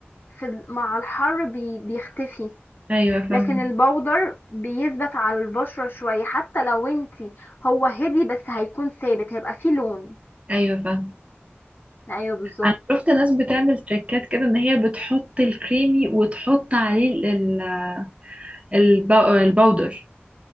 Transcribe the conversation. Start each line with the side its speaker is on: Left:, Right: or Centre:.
Left: في ال- مع الحر بي... بيختفي
Right: ايوه
Left: لكن
Right: فاهم
Left: البودر بيثبت على البشرة شوية حتى لو انتي هو هدي بس هيكون ثابت هيبقى فيه لون
Right: ايوه فاهم
Left: ايوه بالظبط
Right: انا شفت ناس بتعمل تريكات كده ان هي بتحط الكريمي وتحط عليه ال- ال- الب- الباودر